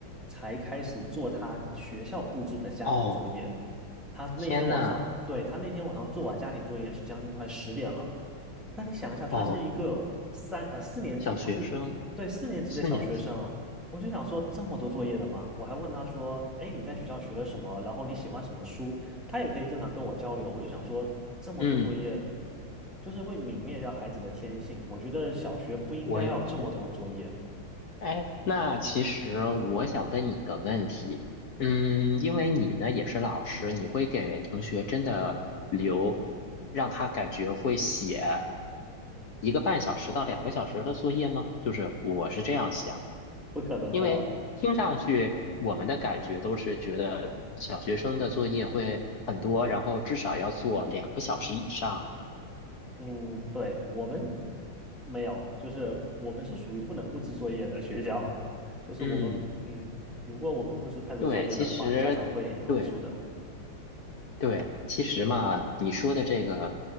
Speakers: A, in the centre; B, on the left.
A: 才开始做他学校布置的家庭作业。
B: 哦，
A: 他那天晚上，
B: 天呐，
A: 对，他那天晚上做完家庭作业是将近快十点了。那你想一下，他是一个三呃四年级，
B: 哦，小学生
A: 他是对四年级的小学生，
B: 四年级，
A: 我就想说，这么多作业的吗？我还问他说：“哎，你在学校学了什么？然后你喜欢什么书？”他也可以正常跟我交流。我就想说，这么多作业，
B: 嗯，
A: 就是会泯灭掉孩子的天性。我觉得小学不应该要有这么多作业，
B: 我也觉得。哎，那其实我想问你一个问题，嗯，因为你呢也是老师，你会给同学真的留，让他感觉会写一个半小时到两个小时的作业吗？就是我是这样想，
A: 不可能的。
B: 因为听上去我们的感觉都是觉得小学生的作业会很多，然后至少要做两个小时以上。
A: 嗯，对，我们没有，就是我们是属于不能布置作业的学校，<laughs> 就是我们，
B: 嗯，
A: 嗯，如果我们布置太多作业的话，
B: 对，其实对。
A: 家长会投诉的。
B: 对，其实嘛，你说的这个，